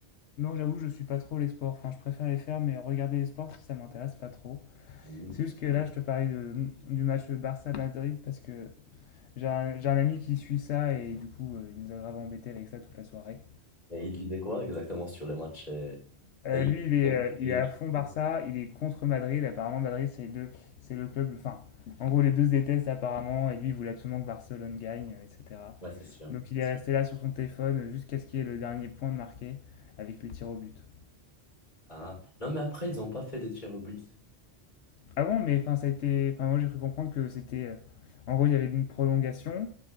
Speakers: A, on the left (about 80°); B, on the left (about 45°).
A: Non, j'avoue, je suis pas trop les sports. Enfin, je préfère les faire, mais regarder les sports, ça m'intéresse pas trop.
B: Mhm.
A: C'est juste que là, je te parlais de- du match Barça-Madrid parce que J'ai un, j'ai un ami qui suit ça et du coup, euh, il nous a grave embêté avec ça toute la soirée.
B: Et il disait quoi exactement sur le match? euh,
A: Euh,
B: D'ailleurs,
A: lui, il est, euh,
B: il
A: il est à
B: était-
A: fond Barça, il est contre Madrid. Apparemment, Madrid, c'est le, c'est le club. Enfin, en gros, les deux se détestent apparemment et lui, il voulait absolument que Barcelone gagne, euh, etc.
B: ouais, c'est sûr.
A: Donc, il est resté là sur son téléphone jusqu'à ce qu'il y ait le dernier point de marqué avec les tirs au but.
B: Ah. Non, mais après, ils n'ont pas fait de tir au but.
A: Ah bon, mais enfin, ça a été. Enfin, moi, j'ai cru comprendre que c'était. euh, En gros, il y avait une prolongation